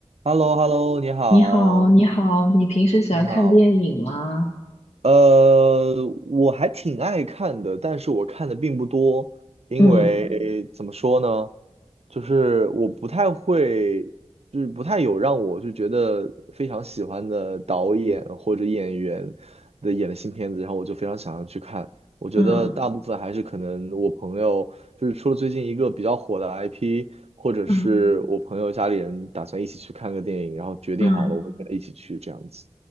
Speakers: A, on the right; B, on the left.
A: h e l l o h e l l o 你好，
B: 你好，你好，你平时喜欢看电影吗？
A: 你好，呃，我还挺爱看的，但是我看的并不多，因为怎么说呢，
B: 嗯
A: 就是我不太会，就是不太有让我就觉得非常喜欢的导演或者演员的演的新片子，然后我就非常想要去看。我觉得大部分还是可能我朋友，
B: 嗯
A: 就是除了最近一个比较火的 IP，或者是我朋友家里人打算一起去看个电影，
B: 嗯
A: 然后决定好了我会跟他一起去这样子。
B: 嗯，